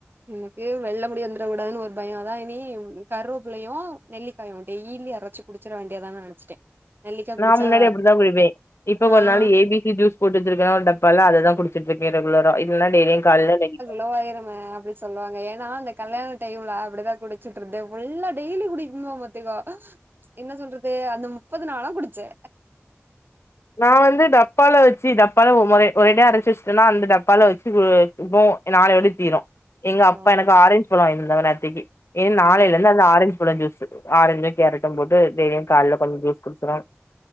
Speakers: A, on the right (about 45°); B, on the left (about 65°).
A: எனக்கு வெள்ள முடிவந்திர கூடாதுன்னு ஒரு பயோ அதா இனி கருவேபிள்ளையு நெல்லிக்காயு டெய்லி அரைச்சு குடிச்சிட வேண்டியதான்னு நெனச்சிட்டே நெல்லிக்கா
B: நா
A: குடிச்சா
B: முன்னாடி அப்டிதா குடிப்பே இப்ப
A: ஆ
B: கொஞ்ச நாள் ஏ பி‌ சி ஜூஸ் போட்டு வெச்சிருக்கே ஒரு டப்பால அததா குடி க்கே ரெகுலரா இல்ல டெய்லியும் காலேல நெல்லிக்கா
A: லோவாயிரமா அப்டி சொல்லுவாங்க ஏன்னா அந்த கல்யாண டைம்ல அப்டிதான குடிச்சிட்டு இருந்தோ புல்லா டெய்லி குடிக்க <unintelligible> பத்துகோ என்ன சொல்றது அந்த முப்பது நாளு குடிச்சே
B: நா வந்து டப்பால வெச்சு டப்பால ஒரு மாரி ஓரேடியா அரைச்சு வெச்சுட்டேனா அந்த டப்பால வெச்சு இப்போ நாளையோட தீரு எங்க அப்பா
A: ஆ
B: எனக்கு ஆரஞ்சு பழோ வாங்கிட்டு வந்தாங்க நேத்திக்கு இன் நாளைலந்து
A: ஆ
B: அந்த ஆரஞ்சு பழோ ஜூஸு ஆரஞ்சு கேரட்டு போட்டு டெய்லியு கால்ல கொஞ்ச ஜூஸ் குடிச்சிருவ